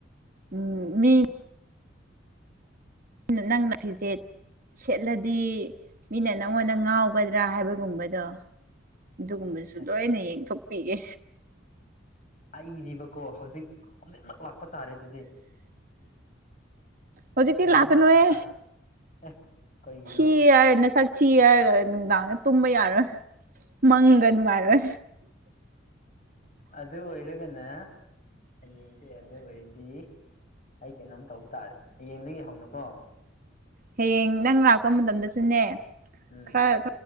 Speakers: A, on the right (about 45°); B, on the left (about 40°).
A: ꯎ ꯃꯤ__ ꯅꯪꯅ ꯐꯤꯖꯦꯠ꯫ ꯁꯦꯠꯂꯗꯤ ꯃꯤꯅ ꯅꯪꯉꯣꯟꯗ ꯉꯥꯎꯒꯗ꯭ꯔꯥ ꯍꯥꯏꯕꯒꯨꯝꯕꯗꯣ꯫ ꯑꯗꯨꯒꯨꯝꯕꯁꯨ
B: ꯑꯠꯆꯥ
A: ꯂꯣꯏꯅ ꯌꯦꯡꯊꯣꯛꯄꯤꯒꯦ꯫
B: ꯑꯩꯕꯀꯣ ꯍꯧꯖꯤꯛ ꯍꯧꯖꯤꯛꯃꯛ ꯂꯥꯛꯄ ꯇꯥꯔꯦ ꯑꯗꯨꯗꯤ꯫
A: ꯍꯧꯖꯤꯛꯇꯤ
B: ꯍꯧꯖꯤꯛꯃꯛ
A: ꯂꯥꯛꯀꯅꯨꯍꯦ
B: ꯂꯥꯛꯄ ꯇꯥꯔꯦ꯫ ꯑꯦ ꯀꯩꯒꯤꯅꯣ
A: ꯊꯤ ꯍꯥꯏꯔꯦ ꯅ ꯁꯛ ꯊꯤꯦ ꯍꯥꯏꯔꯒ ꯅꯨꯡꯗꯥꯡ ꯇꯨꯝꯕ ꯌꯥꯔꯣꯏ꯫ ꯃꯪꯒ ꯅꯨꯡꯉꯥꯏꯔꯣꯏ꯫
B: ꯑꯗ ꯑꯣꯏꯔꯒꯅ꯫ ꯍꯌꯦꯡꯁꯦ ꯑꯗꯨ ꯑꯣꯏꯔꯗꯤ ꯑꯩ ꯀꯩꯅꯣꯝ ꯇꯧꯕ ꯇꯥꯔꯦ ꯍꯌꯦꯡꯗꯒꯤ ꯍꯧꯅꯀꯣ꯫
A: ꯍꯌꯦꯡ ꯅꯪ ꯂꯥꯛꯄ ꯃꯇꯝꯗꯁꯨꯅꯦ꯫
B: ꯎꯝ꯫
A: ꯈꯔ